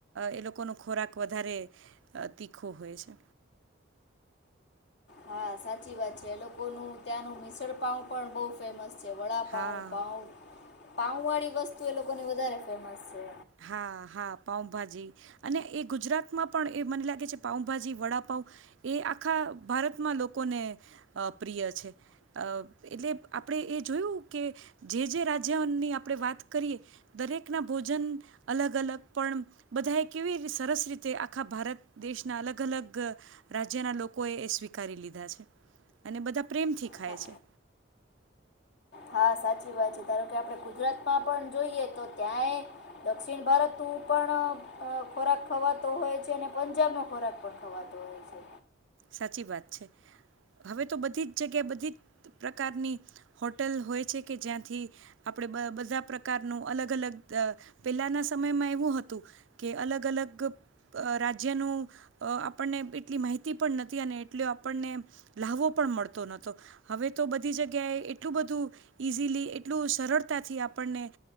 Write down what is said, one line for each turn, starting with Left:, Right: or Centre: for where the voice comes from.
Right: એ લોકોનો ખોરાક વધારે તીખો હોય છે.
Left: હા સાચી વાત છે એ લોકોનું ત્યાં નું મિસળપાવ પણ બહુ ફેમસ જે વડા
Right: હા
Left: પાવ પાવ પાઉ વાળી વસ્તુ એ લોકોની વધારે ફેમસ છે.
Right: હા હા પાઉભાજી અને એ ગુજરાતમાં પણ એ મને લાગે છે પાઉભાજી વડાપઉ એ આખા ભારતમાં લોકોને પ્રિય છે એટલે આપણેે એ જોયું કે જે જે રાજ્યની આપણે વાત કરીએ દરેકના ભોજન અલગ અલગ પણ બધાએ કેવી સરસ રીતે આખા ભારત દેશના અલગ અલગ રાજ્યના લોકોએ એ સ્વીકારી લીધા છે અને બધા પ્રેમથી ખાય
Left: હા
Right: છે.
Left: હા સાચી વાત છે ધારો કે આપણે ગુજરાતમાં પણ જોઈએ તો ત્યાંય દક્ષિણ ભારત નો પણ ખોરાક ખવાતો હોય છે અને પંજાબનો ખોરાક પણ ખવાતો હોય છે.
Right: સાચી વાત છે હવે તો બધી જ જગ્યા બધી જ પ્રકારની હોટેલ હોય છે કે જ્યાંથી આપણે બધા પ્રકારનું અલગ અલગ પેલાના સમયમાં એવું હતું કે અલગ અલગ રાજ્યનું આપણને એટલી માહિતી પણ નથી અને એટલો આપણને લ્હાવો પણ મળતોહતો હવે તો બધી જગ્યાએ એટલું બધું ઈઝીલી એટલું સરળતાથી આપણને